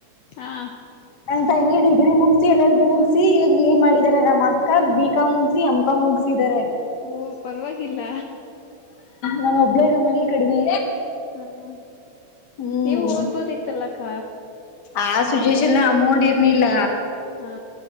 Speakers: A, on the left (about 70°); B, on the left (about 40°).
A: ಹಾ
B: ನನ್ ತಂಗಿ ಡಿಗ್ರಿ ಮುಗಿಸಿ ಮುಗಿ ಎಲ್ ಎಲ್ ಬಿ ಮುಗಿಸಿ ಈಗ ಬಿ ಇ ಮಾಡಿದಿದ್ದಾರೆ ನಮ್ಮ್ ಅಕ್ಕ ಬಿ ಕಂ ಮುಗಸಿ ಎಂ ಕಂ ಮುಗಸಿದಿದ್ದಾರೆ
A: ಓ ಪರವಾಗಿಲ್ಲ
B: ನಾನು ಒಬ್ಬಳೇ ನಮ್ಮ ಮನೆಲಿ ಕಡಮೆ
A: ಹ್ಮ್
B: ಹ್ಮ್
A: ನೀವು ಓದ್ಬೋದ ಇತ್ತಲ್ಲ ಅಕ್ಕ
B: ಆ ಸುಚ್ಚುವಷನ್ ಅಮೌಂಟ್ ಇರ್ನಿಲ್ಲ
A: ಹಾ